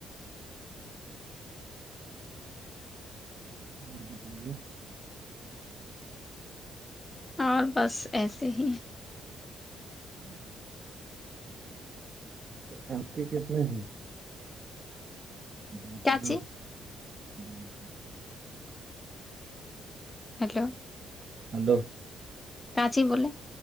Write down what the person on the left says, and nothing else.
اور بس ایسے ہی
کیاچی
ہیلو
کاچی بولے